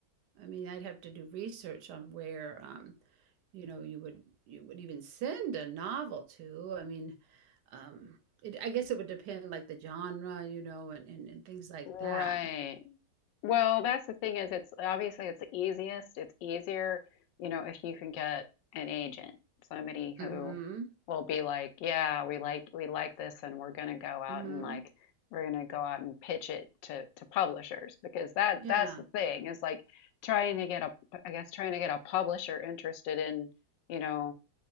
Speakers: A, on the right; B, on the left.
A: I mean, I'd have to do research on where um you know you would you would even send a novel to. I mean, um, it, I guess it would depend like the genre, you know, and and, and things like
B: Right.
A: that.
B: Well, that's the thing is it's obviously it's the easiest. It's easier, you know, if you can get an agent, somebody
A: hmm
B: who will be like, yeah, we like we like this and we're gonna go out
A: hmm
B: and like we're gonna go out and pitch it to to publishers because that
A: Yeah.
B: that's the thing is like trying to get a I guess trying to get a publisher interested in, you know,